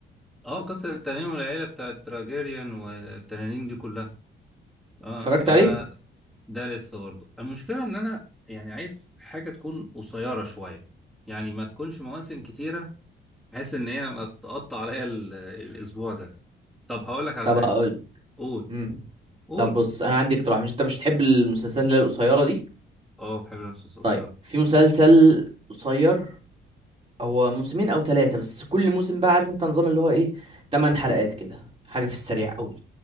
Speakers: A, in the centre; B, on the right (about 30°).
A: اه قصه التنانين والعيله بتاعت تراجيريان والتنانين دي كلها اه
B: اتفرجت
A: انا
B: عليه
A: ده لسه برضه المشكله ان انا يعني عايز حاجه تكون قصيره شويه يعني ما تكونش مواسم كتيره بحيث ان هي ما تقطع عليا ال- الاسبوع ده طب هقول لك على
B: طب
A: حاجه
B: اقول
A: قول
B: امم
A: قول
B: طب بص
A: قول
B: انا عندي اقتراح مش انت مش تحب المسلسلات اللي هي القصيره دي
A: اه بحب القصص القصيره
B: طيب في مسلسل قصير هو موسمين او ثلاثة بس كل موسم بقى عارف انت نظام اللي هو ايه تمن حلقات كده حاجة في السريع قوي